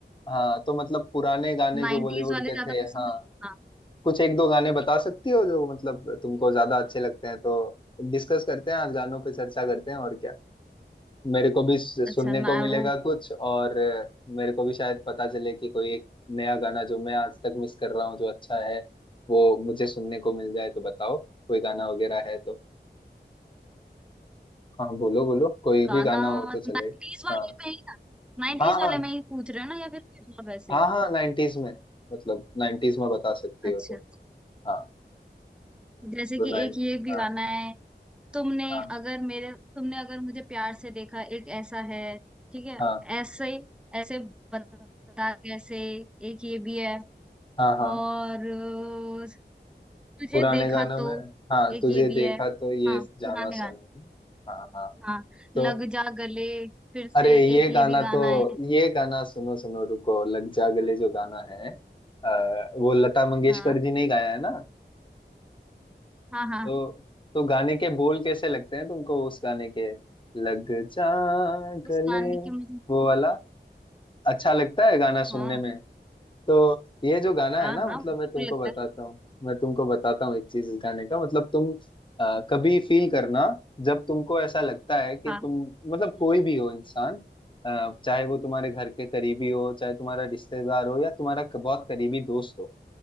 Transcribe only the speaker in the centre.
नाइन्टीज
वाले
ज्यादा
पसंद
है हाँ
अच्छा ना
वो
गाना
नाइन्टीज वाले
में ही ना नाइन्टीज
वाले में ही पूछ रहे हो ना या फिर कुछ और वैसे
अच्छा
जैसे
कि
एक ये भी
गाना है तुमने
अगर मेरे तुमने अगर मुझे प्यार से देखा एक ऐसा है ठीक है
ऐसे ऐसे बता कैसे एक ये भी है
और अ, तुझे
देखा
तो
एक
ये भी
है
हाँ
पुराने गाने
हाँ
लग जा गले फिर से
एक
ये भी गाना
है
हाँ
हाँ हाँ
उस
गाने की मुझे
हाँ
हाँ
हाँ
बिल्कुल
लगता
है
हाँ